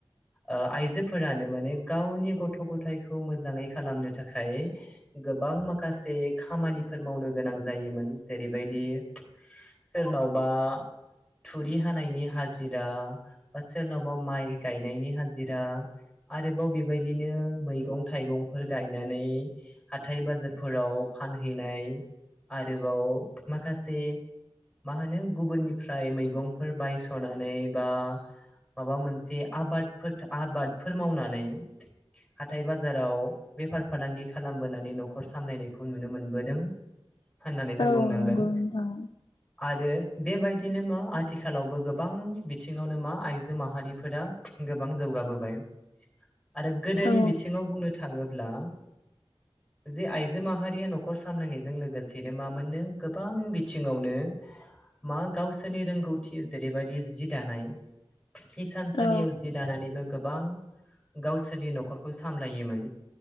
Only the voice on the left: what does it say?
औ
नंगौ नोंथां
औ
<unintelligible>
औ